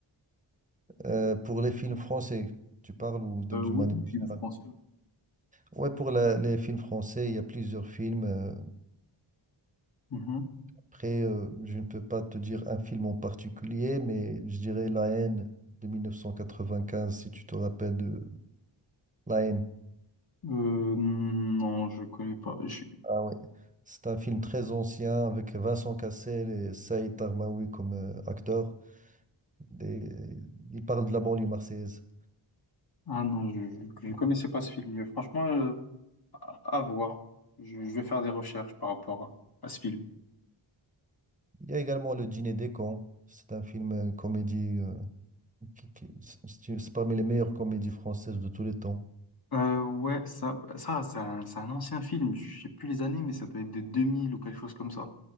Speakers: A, on the right; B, on the left.
A: Euh, pour les films français, tu parles ou d'une
B: Euh,
A: d'une
B: oui,
A: manière générale?
B: film français.
A: Ouais, pour la- les films français, il y a plusieurs films. euh,
B: Mhm.
A: Après, euh, je ne peux pas te dire un film en particulier, mais je dirais La haine de 1995, si tu te rappelles de La haine.
B: Euh, non, je connais pas. Je-
A: Ah ouais. C'est un film très ancien avec Vincent Cassel et Saïd Tarmaoui comme euh, acteurs. Des- Il parle de la banlieue marseillaise.
B: Ah non, je, je ne connaissais pas ce film, mais franchement, euh, à, à voir. Je, je vais faire des recherches par rapport à à ce film.
A: Il y a également Le Dîner des cons. C'est un film euh, comédie euh, qui, qui- c'est c'est parmi les meilleures comédies françaises de tous les temps.
B: Euh, ouais, ça, bah, ça c'est un, c'est un ancien film, je sais plus les années, mais ça doit être de 2000 ou quelque chose comme ça.